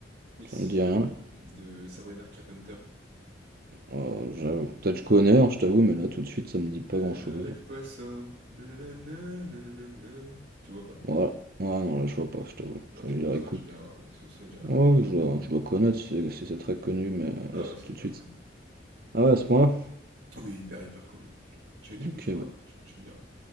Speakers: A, on the right; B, on the right.
A: Mais si,
B: Ça me dit rien.
A: hem, de Sabrina Carpenter.
B: Euh, j'avoue- peut-être je connais, hein, je t'avoue, mais là tout de suite ça me dit pas
A: Na
B: grand-chose.
A: na Nespresso, na na na na, na na na na. Tu vois pas?
B: Voilà. Ouais, non, là je vois pas, je t'avoue.
A: Bah,
B: Je
A: tu
B: la
A: écouteras,
B: réécoute.
A: tu verras, mais ce son, il y a
B: Ouais, ouais, je dois, je dois connaître si, si c'est très connu, mais
A: ah
B: euh, là c'est
A: ouais, c'est
B: tout
A: hyper
B: de suite.
A: connu.
B: Ah ouais, à ce point-là?
A: Oui, hyper, hyper connu. Tu tu écouteras,
B: Ok, bah.
A: tu m tu me diras.